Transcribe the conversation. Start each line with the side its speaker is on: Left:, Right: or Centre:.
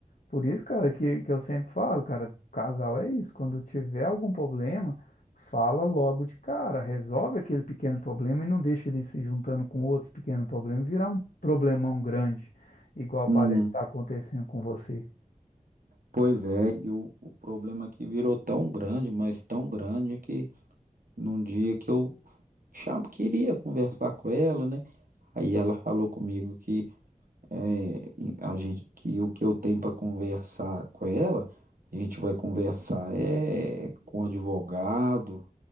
Left: Por isso, cara, que, que eu sempre falo, cara, casal é isso. Quando tiver algum problema, fala logo de cara, resolve aquele pequeno problema e não deixa ele se juntando com outros pequenos problemas e virar um problemão grande, igual
Right: hum,
Left: parece estar acontecendo com você.
Right: pois é, e o, o problema que virou tão grande, mas tão grande que num dia que eu cham- queria conversar com ela, né? Aí ela falou comigo que é, e a gente que o que eu tenho para conversar com ela, a gente vai conversar é com o advogado